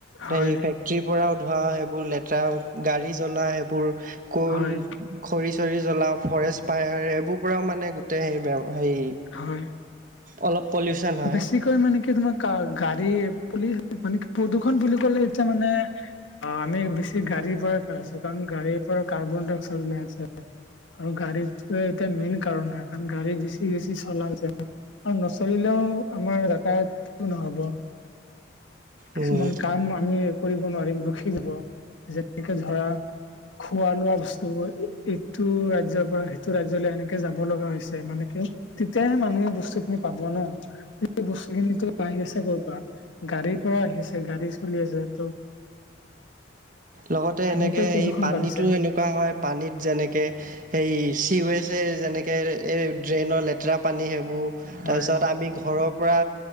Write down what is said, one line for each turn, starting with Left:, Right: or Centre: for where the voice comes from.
Right: তে
Left: হয়
Right: ই ফেক্ট ৰীৰ পৰা ধুৱা সেইবোৰ লেতেৰা গাড়ী জ্বলা সেইবোৰ কল
Left: হয়
Right: খৰি চৰি জ্বলাওঁ ফৰেষ্ট পায়াৰ এইবোৰ পৰাও মানে গোটেই সেই হেৰি
Left: হয়
Right: অলপ পলিউচন হয়
Left: বেছিকৈ মানে কি তোমাৰ কা গাড়ী পুলি মানে কি প্ৰদূষণ বুলি কলে এতিয়া মানে অ আমি বেছি গাড়ীৰ পৰাই পাই আছো কাৰণ গাড়ীৰ পৰা কাৰ্বন ডাই অক্সাইড ওলাই আছে আৰু গাড়ীটোৱে এতিয়া মেইন কাৰণ হয় কাৰণ গাড়ী বেছি বেছি চলা যায় আৰু নচৰিলেও আমাৰ যাতায়তটো নহব কিছুমান
Right: উম
Left: কাম আমি কৰিব নোৱাৰিম ৰখি যাব যেনেকে ধৰা খোৱা লোৱা বস্তুবোৰ এইটো ৰাজ্যযৰ পৰা সেইটো ৰাজ্যলৈ এনেকে যাব লগা হৈছে মানে কি তেতিয়াহে মানুহে বস্তু খিনি পাব ন সেই বস্তু খিনি আহি আছে কৰ পৰা গাড়ীৰ পৰা আহিছে গাড়ী চলি আছেতো
Right: লগতে
Left: সেনেকে
Right: এনেকে
Left: প্ৰদূষণ
Right: সেই পানীতো
Left: বাঢ়িছে
Right: এনেকোৱা হয় পানীত যেনেকে এই চিৱেজে যেনেকে এই ড্ৰেইনৰ লেতেৰা পানী সেইবোৰ তাৰপিছত
Left: হয়
Right: আমি ঘৰৰ পৰা